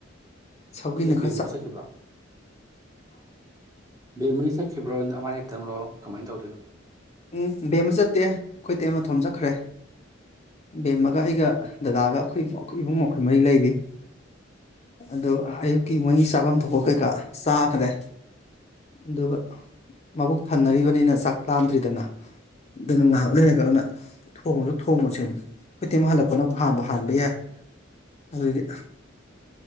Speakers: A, on the left (about 35°); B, on the right (about 20°).
A: ꯁꯧꯒꯔꯤꯅ ꯈ
B: ꯕꯦꯝꯃꯥ ꯆꯠꯈꯤꯕ꯭ꯔꯣ ꯕꯦꯝꯃꯗꯤ ꯆꯠꯈꯤꯕ꯭ꯔꯣ ꯅꯕꯥꯅꯤ ꯈꯛꯇꯪꯂꯣ ꯀꯃꯥꯏꯅ ꯇꯧꯗꯣꯏꯅꯣ
A: ꯎꯝ ꯕꯦꯝꯃ ꯆꯠꯇꯦ ꯈꯣꯏ ꯇꯩꯃ ꯃꯇꯣꯝ ꯆꯠꯈ꯭ꯔꯦ ꯕꯦꯝꯃꯒ ꯑꯩꯒ ꯗꯗꯥꯒ ꯑꯈꯣꯏ ꯕꯣ ꯏꯕꯨꯡꯉꯣ ꯑꯩꯈꯣꯏ ꯃꯔꯤ ꯂꯩꯔꯤ ꯑꯗꯣ ꯑꯌꯨꯛꯀꯤ ꯃꯣꯏꯒꯤ ꯆꯥꯕꯝ ꯊꯣꯛꯄ ꯀꯩꯀꯥ ꯆꯥꯈ꯭ꯔꯦ ꯑꯗꯨꯒ ꯃꯕꯨꯛ ꯊꯟꯅꯔꯤꯕꯅꯤꯅ ꯆꯥꯛ ꯂꯥꯝꯗ꯭ꯔꯤ ꯗꯅ ꯗꯨꯅ ꯉꯥꯍꯥꯛ ꯂꯩꯔꯒꯅ ꯊꯣꯡꯉꯖꯨ ꯊꯣꯡꯉꯁꯦꯅ ꯈꯣꯏ ꯇꯩꯃ ꯍꯜꯂꯛꯄꯅꯕꯨ ꯍꯥꯟꯕꯨ ꯍꯥꯟꯕ ꯌꯥꯏ ꯑꯗꯨꯒꯤ